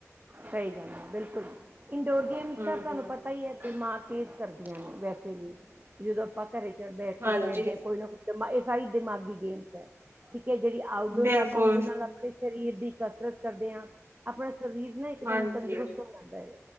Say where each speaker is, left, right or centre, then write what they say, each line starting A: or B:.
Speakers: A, on the right; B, on the right.
A: ਸਹੀ ਗੱਲ ਹੈ ਬਿਲਕੁਲ ਇੰਡੋਰ ਗੇਮਸ
B: ਹੂੰ-ਹੂੰ।
A: ਤਾਂ ਤੁਹਾਨੂੰ ਪਤਾ ਹੀ ਹੈ। ਦਿਮਾਗ ਤੇਜ਼ ਕਰਦੀਆਂ ਨੇ। ਵੈਸੇ ਵੀ ਜਦੋਂ ਆਪਾਂ ਘਰੇ ਬੈਠ
B: ਹਾਂਜੀ
A: ਕੇ ਖੇਡਦੇ ਆ ਕੋਈ ਨਾ ਕੋਈ ਦਿਮਾ ਇਹ ਸਾਰੀ ਦਿਮਾਗੀ ਗੇਮ ਤਾਂ ਹੈ। ਠੀਕ ਕਿ ਜਿਹੜੀ ਆਊਟਡੋਰ
B: ਬਿਲਕੁਲ
A: ਹੈ। ਆਪਾਂ ਉਹਦੇ ਨਾਲ ਆਪਣੇ ਸਰੀਰ ਦੀ ਕਸਰਤ ਕਰਦੇ ਹਾਂ। ਆਪਣਾ ਸਰੀਰ ਨਾ ਇਕਦਮ
B: ਹਾਂਜੀ
A: ਤੰਦਰੁਸਤ ਹੋ ਜਾਂਦਾ ਹੈ।